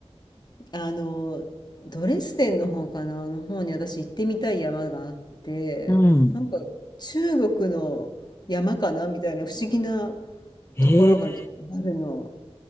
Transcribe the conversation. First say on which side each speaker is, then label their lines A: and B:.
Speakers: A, on the left (about 40°); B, on the left (about 20°).
A: あの、ドレスデンの方かな、あの方に私行ってみたい山があって、
B: うん。
A: なんか中国の山かなみたいな不思議な
B: えー、
A: ところがあるの。